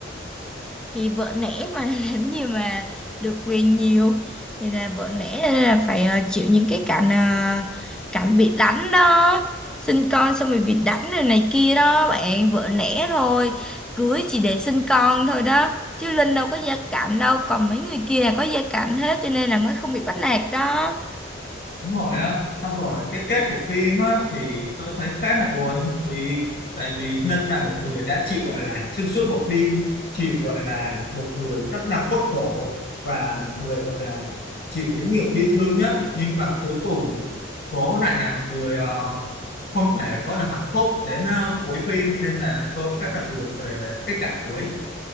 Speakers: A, in the centre; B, on the left (about 55°).
A: thì vợ nể mà <laughs> làm gì mà được quyền nhiều thì là vợ nể nên là phải ờ, chịu những cái cảnh ờ, cảnh bị đánh đó sinh con xong rồi bị đánh rồi này kia đó bạn vợ nể thôi cưới chỉ để sinh con thôi đó chứ Linh đâu có gia cảnh đâu còn mấy người kia là có gia cảnh hết cho nên là mới không bị bắt nạt đó
B: đúng rồi á xong rồi cái kết của phim á thì tôi thấy khá là buồn vì tại vì Ninh là một người đã chịu gọi là xuyên suốt bộ phim chịu gọi là một người rất là khuất khổ và một người gọi là chịu những nhiều bi thương nhất nhưng mà cuối cùng cố lại là người ờ, không thể có được hạnh phúc đến ờ, cuối phim nên là tôi rất là buồn về cái cảnh cuối